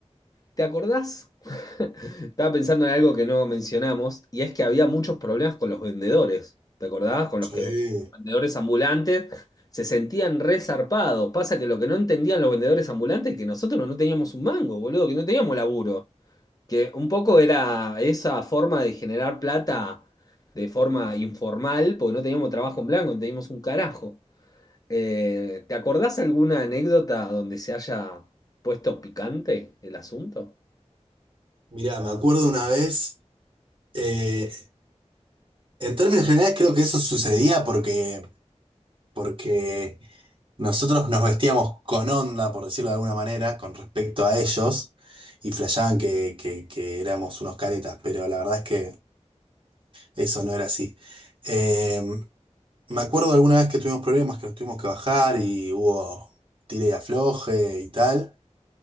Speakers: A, on the left (about 30°); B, on the right (about 45°).
A: ¿Te acordás? <laughs> Estaba pensando en algo que no mencionamos, y es que había muchos problemas con los vendedores. ¿Te acordás? Con
B: Sí.
A: los que los vendedores ambulantes se sentían resarpados. Pasa que lo que no entendían los vendedores ambulantes es que nosotros no teníamos un mango, boludo, que no teníamos laburo. Que un poco era esa forma de generar plata de forma informal, porque no teníamos trabajo en blanco, no teníamos un carajo. Eh, ¿te acordás alguna anécdota donde se haya puesto picante el asunto?
B: Mirá, me acuerdo una vez, eh, en términos generales creo que eso sucedía porque, porque nosotros nos vestíamos con onda, por decirlo de alguna manera, con respecto a ellos, y flasheaban que, que- que éramos unos caretas, pero la verdad es que eso no era así. Eh, me acuerdo alguna vez que tuvimos problemas, que nos tuvimos que bajar y hubo tire y afloje y tal,